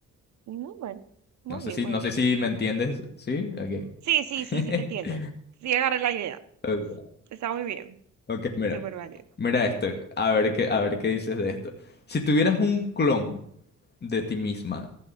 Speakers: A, on the right; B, on the left.
A: No, bueno, muy
B: No sé
A: bien,
B: si,
A: muy
B: no
A: bien.
B: sé si me entiendes, ¿sí? Ok.
A: Sí, sí,
B: <laughs>
A: sí, sí, te entiendo. Sí, agarré la idea.
B: Ok,
A: Está muy bien,
B: ok, mira.
A: súper válido.
B: Mira esto, a ver qué, a ver qué dices de esto. Si tuvieras un clon de ti misma,